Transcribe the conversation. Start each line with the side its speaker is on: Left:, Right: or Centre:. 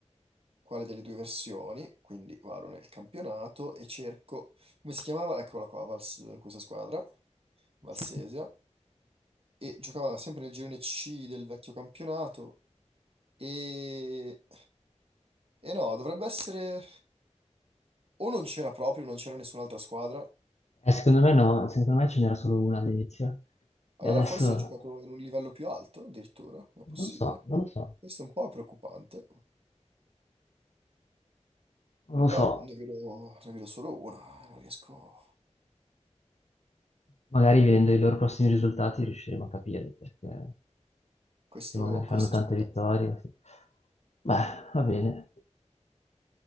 Right: quale delle due versioni, quindi vado nel campionato e cerco, come si chiamava? Eccola qua, Vals- questa squadra, Valsesia,
Left: Sì.
Right: e giocava sempre nel girone C del vecchio campionato e, e no, dovrebbe essere o non c'era proprio, non c'era nessun'altra squadra,
Left: Eh, secondo me no, secondo me ce n'era solo una all'inizio.
Right: allora
Left: E adesso
Right: forse ha giocato in un livello più alto addirittura, è possibile.
Left: non lo so, non lo so,
Right: Questo è un po' preoccupante,
Left: non lo
Right: però
Left: so.
Right: ne vedo, ne vedo solo una, non riesco...
Left: Magari vedendo i loro prossimi risultati riusciremo a capire perché
Right: Questo,
Left: se magari
Right: questo
Left: fanno tante
Right: speriamo.
Left: vittorie. sì. Beh, va bene.